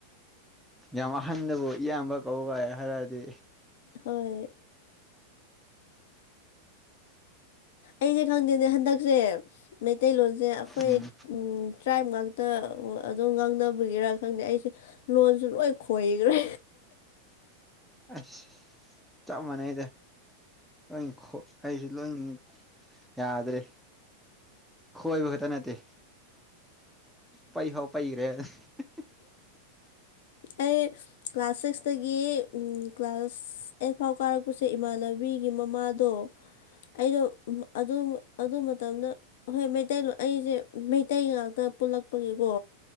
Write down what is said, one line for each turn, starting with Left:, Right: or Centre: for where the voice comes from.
Centre: ꯌꯥꯝ ꯑꯍꯟꯗꯕꯨ ꯏꯌꯥꯝꯕ ꯀꯧ ꯀꯥꯏ ꯍꯥꯏꯔꯛꯑꯗꯤ
Left: ꯍꯣꯏ ꯑꯩꯗꯤ ꯈꯪꯗꯦꯅꯦ ꯍꯟꯗꯛꯁꯦ ꯃꯩꯇꯩꯂꯣꯟꯁꯦ ꯑꯩꯈꯣꯏ
Centre: ꯎꯝ
Left: ꯎꯝ ꯇ꯭ꯔꯥꯏꯞ ꯉꯥꯛꯇ ꯑꯗꯨꯝ ꯉꯥꯡꯅꯕꯒꯤꯔ ꯈꯪꯗꯦ ꯑꯩꯁꯦ ꯂꯣꯟꯁꯨ ꯂꯣꯏ ꯈꯣꯏꯒ꯭ꯔꯦ
Centre: ꯑꯁ ꯆꯞ ꯃꯥꯟꯅꯩꯗ ꯅꯪ ꯈꯣ ꯑꯩꯖꯨ ꯂꯣꯏꯅꯤ ꯌꯥꯗ꯭ꯔꯦ ꯈꯣꯏꯕ ꯈꯠꯇ ꯅꯠꯇꯦ ꯄꯩꯐꯥꯎ ꯄꯩꯒ꯭ꯔꯦ <unintelligible>
Left: ꯑꯩ ꯀ꯭ꯂꯥꯁ ꯁꯤꯛꯁꯇꯒꯤ ꯎꯝ ꯀ꯭ꯂꯥꯁ ꯑꯩꯠ ꯐꯥꯎ ꯀꯥꯔꯛꯄꯁꯦ ꯏꯃꯥꯟꯅꯕꯤꯒꯤ ꯃꯃꯥ ꯇꯣ ꯑꯩꯗꯣ ꯎꯝ ꯑꯗꯨ ꯑꯗꯨ ꯃꯇꯝꯗ ꯍꯣꯏ ꯃꯩꯇꯩꯂꯣ ꯑꯩꯖꯦ ꯃꯩꯇꯩ ꯉꯥꯛꯇ ꯄꯨꯜꯂꯛꯄꯒꯤꯀꯣ